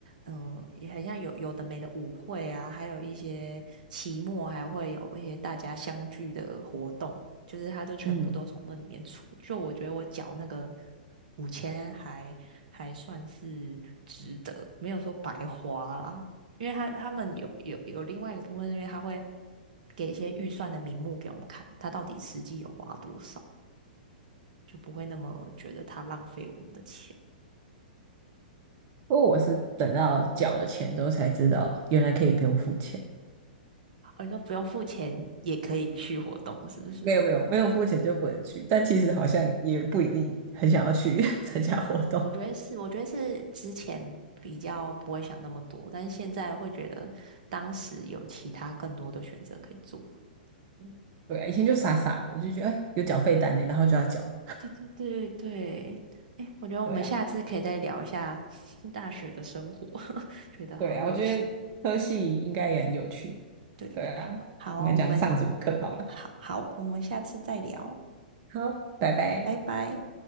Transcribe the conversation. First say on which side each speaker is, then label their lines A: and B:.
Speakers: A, on the right; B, on the right.
A: 嗯，也很像有有的没的舞会啊，还有一些期末还会有一些大家相聚的活动，就是他都全部都从那里面出。
B: 嗯，
A: 就我觉得我缴那个五千还还算是值得，没有说白花啦。因为他他们有有有另外一个部分，因为他会给一些预算的名目给我们看，他到底实际有花多少，就不会那么觉得他浪费我们的钱。
B: 不过我是等到缴了钱之后才知道，原来可以不用付钱。
A: 哦，你说不用付钱也可以去活动，是不是？
B: 没有没有没有付钱就不能去，但其实好像也不一定很想要去 <laughs> 参加活动。
A: 我觉得是，我觉得是之前比较不会想那么多，但是现在会觉得当时有其他更多的选择可以做。嗯，
B: 对啊，以前就傻傻的就觉得哎有缴费单呢，然后就要缴。
A: 对对对对，哎，我觉得我们下次可以再聊一下
B: 对啊
A: <laughs> 大学的生活，<laughs> 觉得好有趣。
B: 对啊，我觉得科系应该也很有趣。
A: 对，
B: 对啊，
A: 好啊，
B: 我们讲上什么课好了。
A: 我们好好，我们下次再聊，
B: 好，拜拜。
A: 拜拜。